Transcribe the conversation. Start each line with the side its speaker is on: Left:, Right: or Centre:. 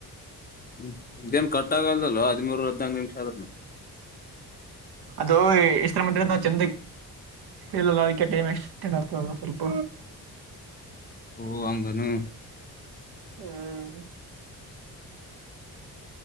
Left: ಹ್ಮ್ ಇದೇನ್ ಕಟ್ ಆಾಗಲ್ದಲ್ವಾ ಹದಿಮೂರು ಹದ್ನಾಕು ನಿಮಿಷ ಅದನ್ನ
Right: ಅದು ಇಷ್ಟರ ಮಂದ ಚಂದ ಎಲ್ಲಲ್ಲ ಅದಕ್ಕೆ ಟೈಮ್ ಎಕ್ೆಟ್ ಆಗ್ತದಲ್ಲ ಸ್ವಲ್ಪ
Left: ಓ ಆಂಗನು
Right: ಹ್ಮ್